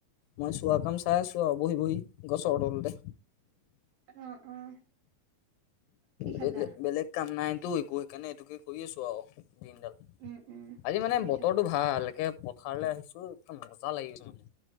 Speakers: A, on the left; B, on the right.
A: মই চোৱা কাম চাই আছো আও বহি বহি গছৰ তলতে।
B: অ অ। কি খালা
A: বেলেগ বেলেগ কাম নাইতো একো সেইকাৰণে এইটোকে কৰি আছো আও দিনডাল।
B: উম উম
A: আজি মানে
B: কৰি
A: বতৰটো
B: থাকে
A: ভাল একে পথাৰলৈ আহিছো এ মজা লাগি গৈছে মানে।